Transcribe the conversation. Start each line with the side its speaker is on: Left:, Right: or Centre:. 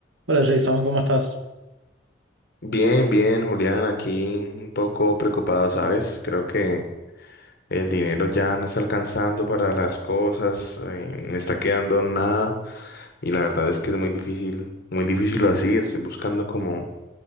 Right: Hola Jason, ¿cómo estás?
Left: Bien, bien, Julián, aquí un poco preocupado, ¿sabes? Creo que el dinero ya no está alcanzando para las cosas, eh, me está quedando nada y la verdad es que es muy difícil, muy difícil así, estoy buscando como,